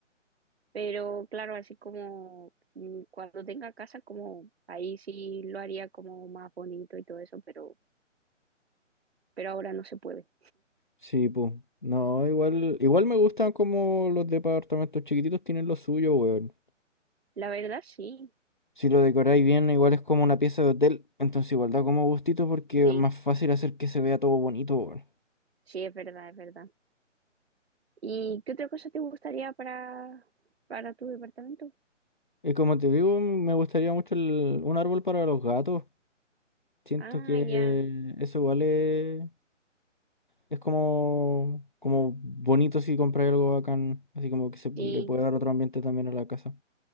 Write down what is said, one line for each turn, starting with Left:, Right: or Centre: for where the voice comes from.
Right: pero claro, así como mm, cuando tenga casa, como ahí sí lo haría como más bonito y todo eso, pero, pero ahora no se puede.
Left: Sí, pues. No, igual, igual me gustan como los departamentos chiquititos tienen lo suyo, weón.
Right: La verdad, sí,
Left: Si lo decoráis bien, igual es como una pieza de hotel, entonces igual da como gustito porque
Right: sí,
Left: es más fácil hacer que se vea todo bonito, weón.
Right: sí, es verdad, es verdad. ¿Y qué otra cosa te gustaría para, para tu departamento?
Left: Y como te digo, me gustaría mucho el- un árbol para los gatos. Siento
Right: Ah,
Left: que
Right: ya,
Left: eso igual es, es como, como bonito si compras algo bacán, así como que se le
Right: sí,
Left: puede dar otro ambiente también a la casa.